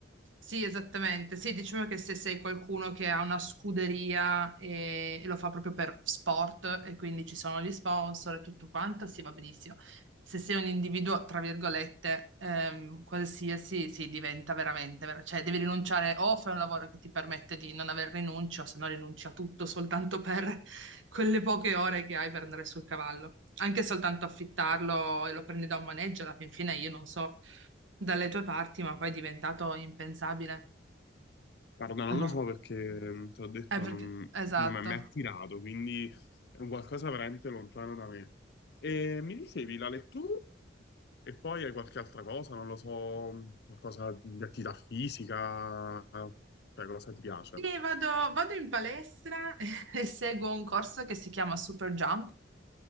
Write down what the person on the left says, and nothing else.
Guarda, non
lo so perché, mm, te l'ho detto,
non,
non mi ha mai attirato, quindi è un qualcosa veramente lontano da me. E mi dicevi la lettura e poi hai qualche altra cosa, non lo so, mm, qualcosa di attività fisica, cioè cosa ti piace?